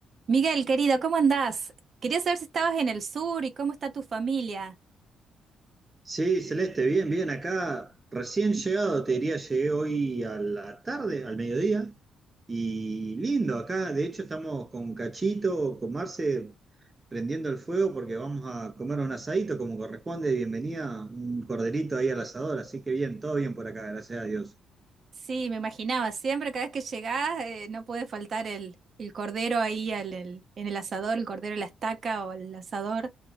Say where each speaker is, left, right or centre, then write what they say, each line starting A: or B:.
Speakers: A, on the right; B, on the right.
A: Miguel, querido, ¿cómo andás? Quería saber si estabas en el sur y cómo está tu familia.
B: Sí, Celeste, bien, bien, acá recién llegado, te diría, llegué hoy a la tarde, al mediodía, y lindo, acá de hecho estamos con Cachito, con Marce, prendiendo el fuego porque vamos a comer un asadito como corresponde, bienvenida, un corderito ahí al asador, así que bien, todo bien por acá, gracias a Dios.
A: Sí, me imaginaba, siempre cada vez que llegás eh, no puede faltar el, el cordero ahí al- el- en el asador, el cordero a la estaca o el asador,